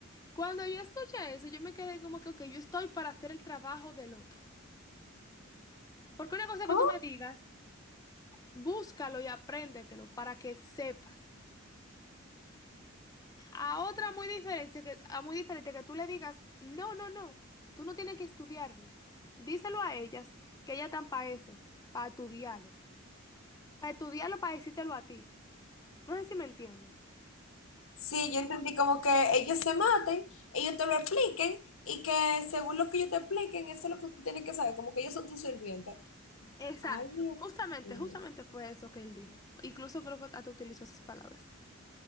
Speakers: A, on the left; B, on the left.
A: Cuando yo escuché eso, yo me quedé como que, ok, yo estoy para hacer el trabajo del otro. Porque una cosa que
B: Oh,
A: tú me digas, búscalo y apréndetelo para que sepas. A otra muy diferente que, a muy diferente que tú le digas, no, no, no, tú no tienes que estudiarlo. Díselo a ellas que ellas están para eso, para estudiarlo. Para estudiarlo, para decírtelo a ti. No sé si me entiendes.
B: sí, yo entendí como que ellos se maten, ellos te lo expliquen y que según lo que ellos te expliquen, eso es lo que tú tienes que saber, como que ellos son tus sirvientes.
A: Exacto,
B: ay, Dios
A: justamente,
B: mío.
A: justamente fue eso que él dijo. Incluso creo que hasta utilizó esas palabras.